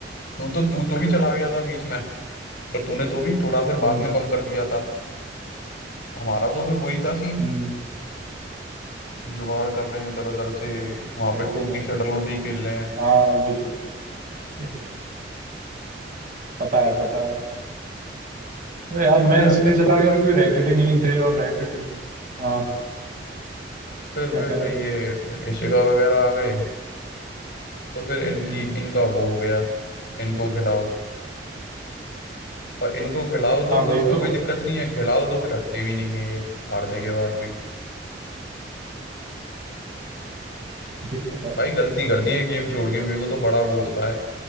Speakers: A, on the left; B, on the right.
A: तू तो तू तो भी चला गया था बीच में और तूने तो भी थोड़ा फिर
B: हम्म
A: बाद में कम कर दिया था हमारा तो फिर वही था सीन
B: हम्म
A: जुगाड़ कर रहे हैं तरह तरह से वहां
B: सही
A: पे
B: कह
A: टूटी
B: रहा है।
A: शटलों से ही खेल रहे हैं
B: हाँ वो जो <laughs> पता है पता है तो यार मैं
A: तो यार
B: इसलिए
A: फिर
B: चला गया क्योंकि रैकेट ही नहीं थे और रैकेट हाँ
A: फिर
B: क्या
A: फिर,
B: कह रहा
A: फिर ये
B: है
A: फिर एशिका वगैरह आ गए तो फिर इनकी
B: हम्म
A: इनका वो हो गया इनको खिलाओ और इनको खिलाओ तो
B: हाँ वही
A: उसमें
B: तो
A: कोई दिक्कत नहीं है खिलाओ तो फिर हटते भी नहीं है ये हारने के बाद भी
B: ये तो है।
A: भाई गलती कर दी है गेम छोड़ के मेरे को तो बड़ा वो होता है